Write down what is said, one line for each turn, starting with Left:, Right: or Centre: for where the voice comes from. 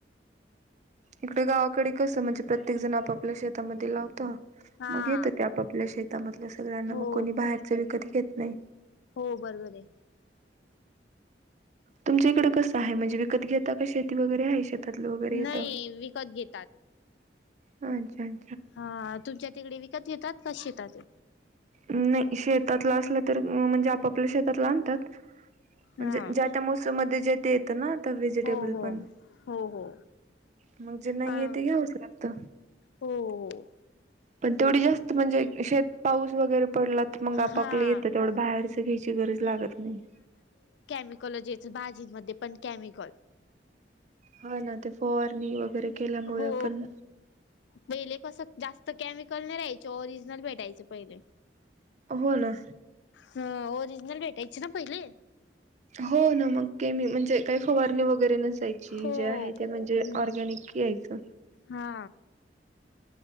Right: इकडे गावाकडे कसं म्हणजे प्रत्येक जण आपापल्या शेतामध्ये लावतो.
Left: हा
Right: मग येतं ते आपापल्या शेतामधल्या सगळ्यांना
Left: हो
Right: मग कोणी बाहेरच विकत घेत नाही.
Left: बरं झाले.
Right: तुमच्या इकडे कसं आहे म्हणजे विकत घेत- आता का शेती वगैरे आहे शेतातलं वगैरे येत.
Left: नाही विकत घेतात.
Right: होयं कायं.
Left: हा तुमच्या तिकडे विकत घेतात का शेतात ते.
Right: नाही शेतातला असलं तर म्हणजे आपापल्या शेतातला आणतात. म्हणजे
Left: हा
Right: ज्या त्या मोसम मध्ये जे ते येतं ना व्हेजिटेबल
Left: हो हो.
Right: पणं.
Left: हो हो
Right: मगं जे नाही
Left: हा
Right: ते घ्यावच लागत.
Left: हो हो
Right: पण तेवढी जास्त म्हणजे शेत- पाऊस वगैरे पडला तर मगं आपापल्या
Left: हा.
Right: येतात तेवढं बाहेरच घ्यायची गरज लागत नाही.
Left: <unintelligible> भाजीमध्ये पण केमिकल.
Right: हा ना ते फवारणी वगैरे. केल्यामुळे
Left: हो
Right: पण
Left: पहिले कसं जास्त. तर केमिकल नाही राहायचे ओरिजनल भेटायचें पहिले.
Right: हो ना.
Left: हा ओरिजनल भेटायची ना पहिले.
Right: हो ना मग मी म्हणजे काही फवारणी वगैरे नस- आहे
Left: हो.
Right: ते म्हणजे
Left: हम्म
Right: ऑर्गनिक यायच.
Left: हा